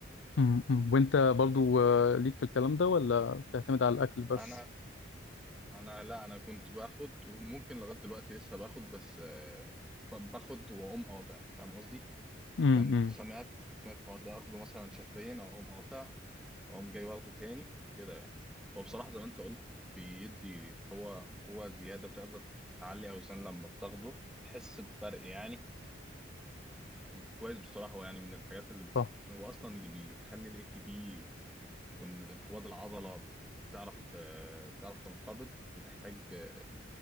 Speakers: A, on the left; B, in the centre.
A: م- م. وانت برضو آه، ليك في الكلام ده ولا بتعتمد على الاكل بس
B: انا انا لا انا كنت باخد وممكن لغايه دلوقتي لسه باخد بس آه، ب- باخد واقوم قاطع فاهم قصدي
A: امم
B: كنت سمعت سمعت الحوار ده اخده مثلا شهرين اقوم قاطع اقوم جاي واخده تاني كده يعني وبصراحه زي ما انت قلت بيدي قوه قوه زياده بتقدر تعلي اوزان لما بتاخده تحس بفرق يعني كويس بصراحه هو يعني من الحاجات اللي بت-
A: صح
B: هو اصلا اللي بيخلي الاي تي بي وانقباض العضله تعرف آه، تعرف تنقبض بتحتاج آه،